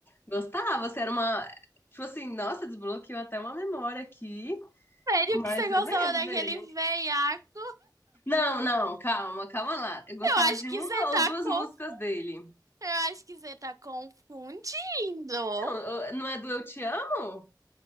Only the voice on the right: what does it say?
Sério
que você gostava
daquele
veiaco?
Eu acho
que
você tá
conf...
Eu acho que você tá confundindo.